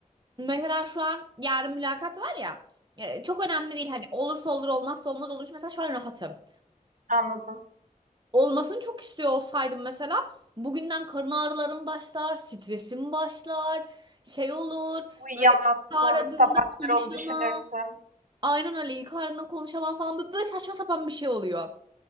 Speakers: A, on the right; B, on the right.
A: Mesela şu an yarın mülakat var ya. e, Çok önemli değil hani olursa olur olmazsa olmaz olur. Mesela şu an rahatım.
B: Anladım.
A: Olmasını çok istiyor olsaydım mesela bugünden karın ağrılarım başlar, stresim başlar, şey olur.
B: Uyuyamazsın,
A: Böyle ilk aradığında
B: sabah
A: konuşamam.
B: kadar onu düşünürsün.
A: Aynen öyle ilk aradığında konuşamam falan böyle, böyle saçma sapan bir şey oluyor.